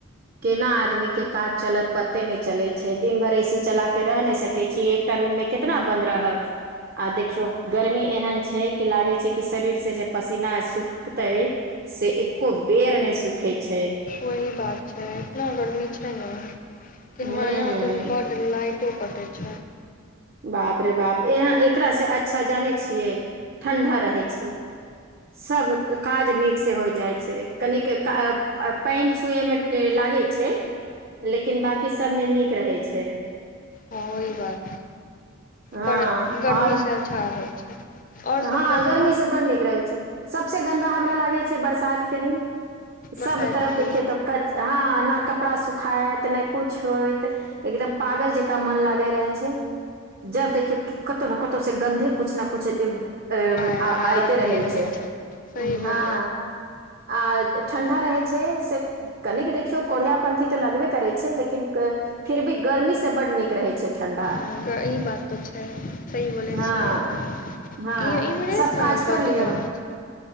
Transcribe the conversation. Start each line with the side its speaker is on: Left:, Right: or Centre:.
Right: केना आदमी के काज चलत पते नहि चले छै दिन भरि ए सी चला के रहि नहि सकैत छी एक टा रूम मे केतना बन्द रहब आ देखियौ गर्मी एहेन छै कि लागे छै कि शरीर से जे पसीना सुखतय से एको बेर नहि सुखे छै।
Left: वोही बात छै इतना गरमी छै ने कि
Right: हूं
Left: हमरा यहाँ तऽ बड्ड लाइट तो कैटय छै।
Right: बाप रे बाप यहाँ एकरास से अच्छा जानै छियै ठण्डा रहै छै। सब काज नीक से होय जाय छै कनिके आ पानि छुएमे ए लागैय छै। लेकिन बकी सबमे नीक रहै छै।
Left: हँ वोही बात
Right: हँ
Left: पर गर्मीसँ
Right: आओर
Left: अच्छा होइ छै। आओर
Right: हँ
Left: सब बतबू
Right: गर्मीसँ बड नीक रहै छै सभसँ गन्दा हमरा लागै छै बरसातके दिन सभ
Left: बरसाइत
Right: तरफ देखिये
Left: दिन
Right: तऽ कच हँ ना कपड़ा सुखाइत ने कुछ होइत। एकदम पागल जेकाँ मन लागय रहे छै। जब देखियौ क कतहु ना कतहु से गन्धे कुछ ना कुछ एब अ
Left: आते
Right: आइते रहै छै,
Left: सही
Right: हँ।
Left: बोलै
Right: आ ठण्डा रहै छै से कनिक देखियौ कोढ़िया पन्थी त लगबे करै छै लेकिन फिर भी गर्मी से बड नीक रहै छै। ठंडा
Left: हँ, ई बात तऽ छै सही बोलै
Right: हँ
Left: छियै। इ
Right: हँ
Left: इम्हरे
Right: सब
Left: साल
Right: काज कर
Left: बड
Right: लियौ
Left: गर्मी छै